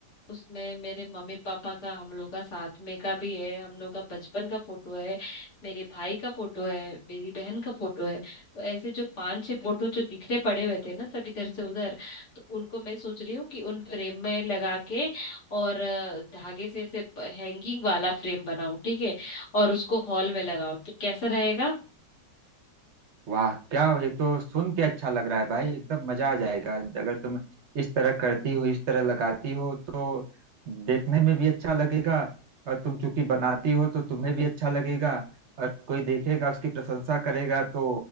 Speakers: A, on the left; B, on the right.
A: उसमें मेरे मम्मी पापा का हम लोग का साथ में का भी है हम लोग का बचपन का फोटो है मेरे भाई का फोटो है मेरी बहन का फोटो है तो ऐसे जो पांच छह फोटो जो बिखरे पड़े हुए थे ना सब इधर से उधर तो उनको मैं सोच रही हूँ कि उन फ्रेम में लगा के और अ, धागे से ऐसे हैंगिंग वाला फ्रेम बनाऊं ठीक है और उसको हॉल में लगाऊं तो कैसा रहेगा
B: वाह क्या ये तो सुन के अच्छा लग रहा है भाई एकदम मजा आ जाएगा अगर तुम इस तरह करती हो इस तरह लगाती हो तो देखने में भी अच्छा लगेगा और तुम चूंकि बनाती हो तो तुम्हें भी अच्छा लगेगा और कोई देखेगा उसकी प्रशंसा करेगा तो